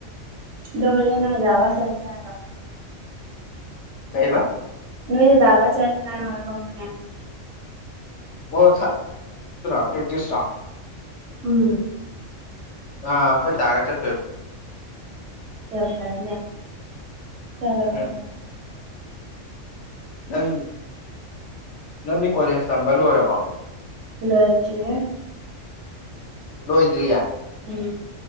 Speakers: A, on the right; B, on the left.
A: ꯗꯧꯔꯦ ꯅꯒ ꯋꯥ ꯆꯗꯅ <unintelligible>
B: ꯀꯩꯕ
A: ꯅꯣꯏ ꯗꯗꯥꯒ ꯆꯠꯅꯤ ꯍꯥꯏꯕꯔꯥꯕꯥ ꯍꯣꯔꯦꯟ
B: ꯑꯣ <unintelligible> ꯄ꯭ꯔꯤꯛꯇꯤꯁꯔꯣ
A: ꯎꯝ
B: ꯑ ꯑꯩꯈꯣꯏ ꯗꯒꯥ ꯆꯠꯇꯣꯏꯕ
A: ꯆꯠ ꯐꯖꯅ ꯆꯠꯂꯣ ꯐꯖꯅ
B: ꯎꯝ ꯅꯪ ꯅꯪꯗꯤ ꯀꯣꯂꯦꯖ ꯇꯝꯕ ꯂꯣꯏꯔꯕꯣ
A: ꯂꯣꯏꯗ꯭ꯔꯤꯍꯦ
B: ꯂꯣꯏꯗ꯭ꯔꯤꯌꯥ
A: ꯎꯝ